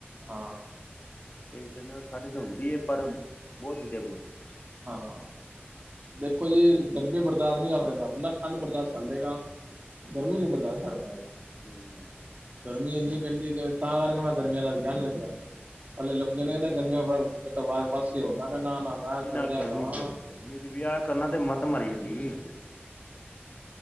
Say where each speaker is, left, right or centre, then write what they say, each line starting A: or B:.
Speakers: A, on the right; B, on the left.
A: ਹਾਂ
B: ਇਸ ਜਗ੍ਹਾ ਤਾਂ ਠੰਡ ਹੋਹੁੰਦੀ ਹੈ ਪਰ ਬਹੁਤ ਵਧੀਆ ਮੁਸਮ
A: ਹਾਂ ਦੇਖੋ
B: ਕਿਉਂਕਿ
A: ਜੀ, ਗਰਮੀ ਬਰਦਾਸ਼ਤ ਨਹੀਂ ਕਰ ਸਕਦਾ, ਬੰਦਾ ਠੰਡ ਬਰਦਾਸ਼ਤ ਕਰਏਗਾ ਗਰਮੀ ਨਹੀਂ ਬਰਦਾਸ਼ ਕਰ ਪਾਏਗਾ
B: ਹਮ
A: ਗਰਮੀ ਇੰਨੀ ਪੈਂਦੀ ਤਾਂ ਕਰਕੇ, ਮੈਂ ਗਰਮੀਆਂ ਦਾ ਵਿਆਹ ਨ ਰੱਖਿਆ ਪਹਿਲੇ ਲੋਕੀ ਨੇ ਕਹਿੰਦੇ, ਗਰਮੀਆਂ ਕਰਵਾ ਕੇ ਪਾਸਓ ਮੈਂ ਕਹਿੰਦਾ ਨਾ ਮੈਂ ਸਰਦੀਆਂ
B: ਨਾ ਗਰਮੀ
A: ਚਕਰਾਵਾਂਗਾ
B: ਬਹੁਤ
A: <unintelligible>
B: ਗਰਮੀ ਚ ਵਿਆਹ ਕਰਨਾ ਤੇ ਮੱਤ ਮਾਰੀ ਜਾਂਦੀ